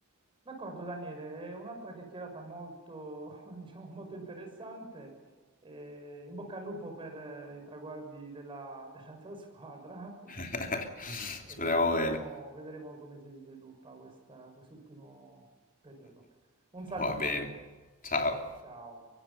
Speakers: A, on the right; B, on the left.
A: D'accordo Daniele, è un'altra chiacchierata molto, <laughs> diciamo, molto interessante. Eh, in bocca al lupo per eh, i traguardi della, <laughs> della tua squadra
B: <laughs>
A: e
B: Speriamo
A: vedremo,
B: bene.
A: vedremo come si sviluppa questa- quest'ultimo periodo. Un saluto,
B: Va bene. Ciao.
A: ciao.